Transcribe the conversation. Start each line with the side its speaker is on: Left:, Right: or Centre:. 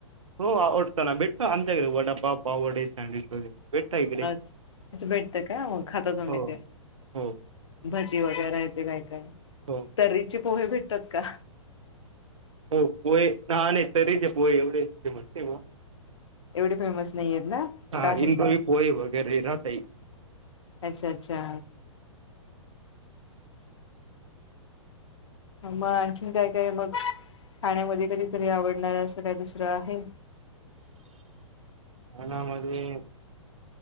Right: हो आवडतो ना भेटतो ना आमच्याकडे वडापाव पाववडे सॅँडविच वगैरे भेटता इकडे
Left: अच् अच्छा भेटते का मग खाता तुम्ही
Right: हो
Left: ते
Right: हो
Left: भजी वगैरे येत काय काय
Right: हो
Left: तररीचे पोहे भेटतात. का
Right: हो पोय ना नाही तरीच पोय एवढेमस्ते ब
Left: एवढे फेमस नाही आहेत ना
Right: हा
Left: का आहेत?
Right: इंदुरी पोहे वगैरे राहत
Left: अच्छा अच्छा. मग आणखीन काय काय मग खाण्यामध्ये कधीतरी आवडणार असं काय दुसरं आहे
Right: खाण्यामध्ये